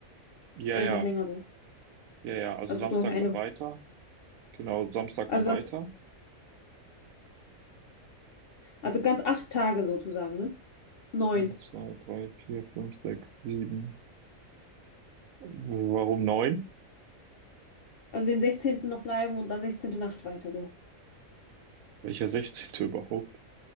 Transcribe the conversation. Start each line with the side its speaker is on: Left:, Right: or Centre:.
Right: Ja,
Left: Einen
Right: ja,
Left: Tag länger so.
Right: ja, ja, also
Left: Also
Right: Samstag
Left: du hast ja eine
Right: dann
Left: Woche.
Right: weiter. Genau, Samstag
Left: Also,
Right: dann weiter.
Left: also ganz acht Tage sozusagen, ne? Neun.
Right: Eins, zwei, drei, vier, fünf, sechs, sieben. Warum neun?
Left: Also den sechzehnten noch bleiben und dann sechzehnte Nacht weiter so.
Right: Welcher 16. überhaupt?